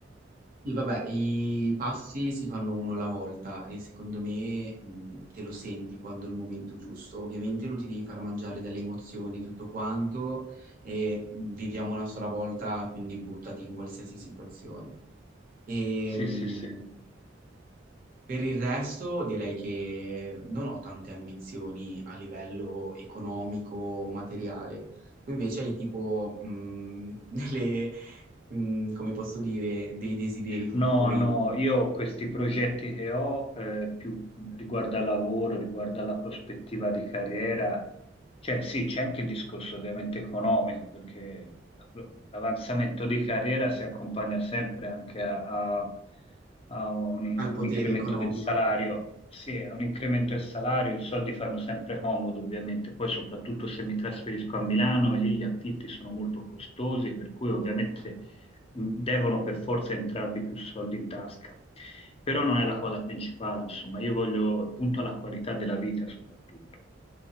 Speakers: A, on the right (about 50°); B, on the left (about 30°).
A: Sì, vabbè, i passi si fanno uno alla volta e secondo me mh, te lo senti quando è il momento giusto. Ovviamente non ti devi far mangiare dalle emozioni e tutto quanto e mh, viviamo una sola volta, quindi buttati in qualsiasi situazione. E,
B: Sì,
A: mh,
B: sì, sì.
A: per il resto direi che non ho tante ambizioni a livello economico o materiale. Tu invece hai tipo mh, <laughs> delle, mh, come posso dire, dei desideri futuri
B: No, no, io questi progetti che ho, eh, più riguardo al lavoro, riguardo alla prospettiva di carriera, cioè sì, c'è anche il discorso ovviamente economico, perché l'avanzamento di carriera si accompagna sempre anche a, a- a un,
A: al potere
B: un incremento
A: economico.
B: del salario. Sì, a un incremento del salario, i soldi fanno sempre comodo, ovviamente. Poi, soprattutto se mi trasferisco a Milano, lì gli affitti sono molto costosi, per cui ovviamente devono per forza entrarvi più soldi in tasca, però non è la cosa principale, insomma, io voglio punto alla qualità della vita soprattutto.